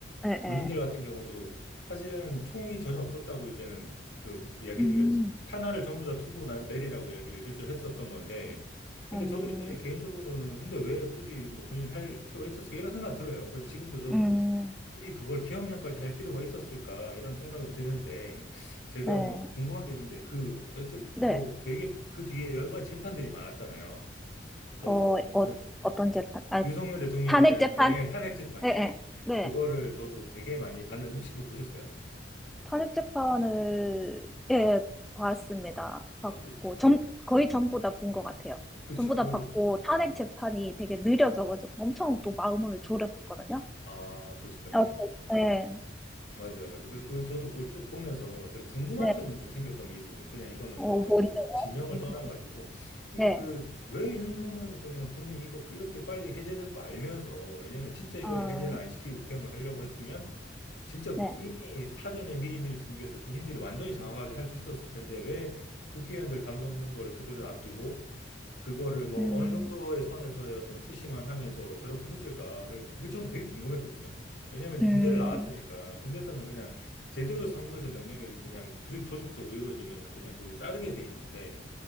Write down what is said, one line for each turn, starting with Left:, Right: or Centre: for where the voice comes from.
Centre: 예, 예.
Left: 군인들 같은 경우도 사실은 총이 전혀 없었다고 이제는 그 이야기,
Centre: 음,
Left: 그러니까 탄화를 전부 다 투고 나- 내리라고 이야기를 실제로 했었던 건데, 근데
Centre: 음,
Left: 저도 이제 개인적으로는 근데 왜 굳이 뭐 군인을 할 필요가 있었을까 이런 생각 들어요. 그래 지금도 저는
Centre: 음.
Left: 굳이 그걸 기업령까지 할 필요가 있었을까 이런 생각은 드는데 제가
Centre: 네.
Left: 뭐 궁금한 게 있는데 그 여튼
Centre: 네.
Left: 뭐 되게 그 뒤에 여러 가지 재판들이 많았잖아요. 거기서
Centre: 어,
Left: 뭐 무슨
Centre: 어, 어떤 재판? 아,
Left: 윤석열 대통령에
Centre: 탄핵
Left: 대한
Centre: 재판?
Left: 예 탄핵 재판
Centre: 예,
Left: 예
Centre: 예. 네.
Left: 그거를 저도 되게 많이 봤는데 혹시 그거 보셨어요?
Centre: 탄핵 재판을, 예, 봤습니다.
Left: 아, 보,
Centre: 봤고, 전, 거의 전부 다 본 것 같아요.
Left: 그쵸.
Centre: 전부 다
Left: 그,
Centre: 봤고, 탄핵
Left: 음.
Centre: 재판이 되게 느려져가지고 엄청 또 마음을 졸였었거든요.
Left: 아, 그렇죠
Centre: 어, 저- 네,
Left: 맞아요, 맞아요. 그래서 그, 저도 그걸 쭉 보면서 제가 궁금한
Centre: 네.
Left: 점이 좀 생겼던 게 있었어요. 그냥 이거는
Centre: 어,
Left: 어떤
Centre: 뭔데요?
Left: 뭐 진영을
Centre: 궁금한.
Left: 떠나가지고. 그러면
Centre: 네.
Left: 그, 왜 윤석열 대통령 본인이 이거 이렇게 빨리 해제될 거 알면서, 왜냐면 진짜 이거를
Centre: 아,
Left: 해제를 안 시키고 계엄을 하려고 했으면, 진짜
Centre: 네.
Left: 이미 사전에 미리미리 준비해서 군인들이 완전히 장악하게 할 수 있었을 텐데, 왜 국회의원들 담 넘는 거를 그대로 놔두고, 그거를 뭐
Centre: 음,
Left: 어느 정도의 선에서의 어떤 푸시만 하면서 저렇게 했을까? 그- 그게 전 되게 궁금했거든요. 왜냐하면
Centre: 음,
Left: 군대를 나왔으니까 군대에서는 그냥 제대로 상부에서 명령이 그냥 조직, 조직적으로 이루어지면 그냥 그걸 따르게 돼 있는데